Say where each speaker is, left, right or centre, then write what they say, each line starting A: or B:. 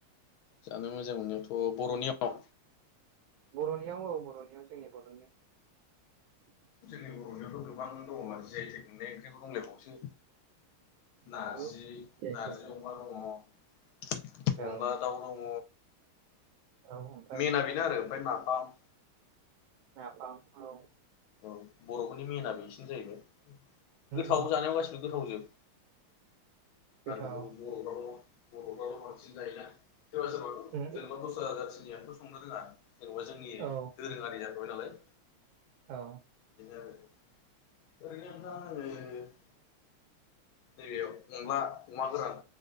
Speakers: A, on the left; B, on the right.
A: जानो मोजां मोननायावथ' बर'नियाव
B: बर'नियाव औ बर'नियाव जोंनि बर'नियाव
A: जोंनि बर'नियावथ' गोबां दङ जि आइ टेग मोननाय ओंख्रिबो दंलायबावोसो
B: नंगौ
A: नारजि,
B: जेखि
A: नारजि
B: औ
A: अमा दङ, अनला
B: औ
A: दाउ दङ
B: ओमफ्राय
A: मेना बेनो आरो ओमफ्राय नाफाम
B: नाफाम औ
A: औ बर'फोरनि मेना बेसिनो जाहैबाय गोथाव
B: उम
A: जानायाव गासिबो गोथावजोब
B: गोथाव
A: आरोथ' बर'फ्राथ' बर'फ्राथ' बांसिन जायोना सोरबा सोरबाथ'
B: उम
A: जेनेबा दस्रा जातिनियाथ' संनो रोङा जेनेबा जोंनि
B: उम औ
A: दोरोङारि जाखाबाय नालाय
B: औ
A: बिदिनो आरो ओरैनो <unintelligible> नैबेयाव अनला, अमा गोरान